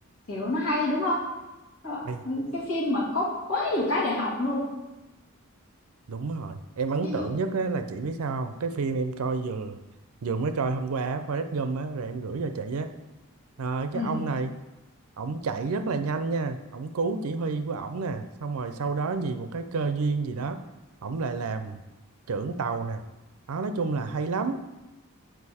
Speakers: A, on the left; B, on the right.
A: Kiểu nó hay đúng không? Nó-
B: hay
A: Cái phim mà có quá nhiều cái để học luôn.
B: đúng rồi em ấn
A: Ví
B: tượng
A: dụ,
B: nhất á, là chị biết sao không cái phim em coi vừa vừa mới coi hôm qua á, Forrest Gump á rồi em gửi cho chị á rồi cái
A: ừ.
B: ông này ổng chạy rất là nhanh nha ổng cứu chỉ huy của ổng nè xong rồi sau đó vì một cái cơ duyên gì đó ổng lại làm trưởng tàu nè đó nói chung là hay lắm